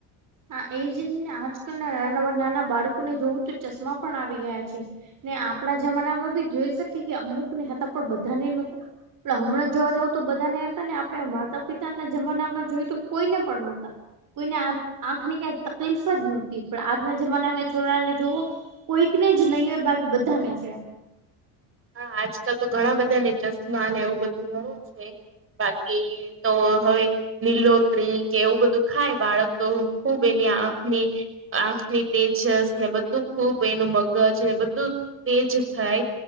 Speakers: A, on the right; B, on the right.
A: હા, એ જ ને. આજકાલના નાના નાના બાળકોને જોવું તો ચશ્મા પણ આવી ગયા છે. ને આપણા જમાના માં બી જોઈ શકી કે, અમુક ને હતા, પણ બધા ને હતા. પણ હમણાં જોવા જઉ તો બધા ને હતા, ને આપણે માતા પિતાના જમાનામાં જોયું તો કોઈને પણ નહતા. કોઈને આંખની કંઈ તકલીફ જ નહોતી, પણ આજના જમાનાને છોરાને જોવો. કોઈકને જ નહીં હોય બાકી બધાને છે.
B: હા, આજકાલ તો ઘણા બધા ને જસ્ટમાં એવું બધું ઘણું છે, બાકી. તો હવે. નીલોત્રી કે એવું બધું ખાય બાળક, તો ખુબ એની આંખની આખ. ની તેજસ ને બધું ખૂબ, એનું મગજ બધું તેજ થાય.